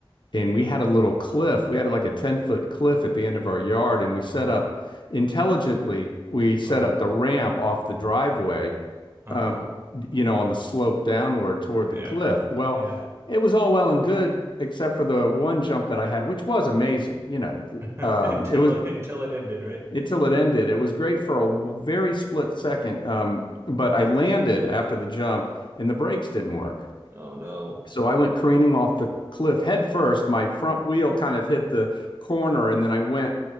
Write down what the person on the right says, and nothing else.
oh,
oh
no.
Uh-huh.
Yeah.
Yeah.
<laughs>
Until
until it ended, right?
Oh no.
Oh no.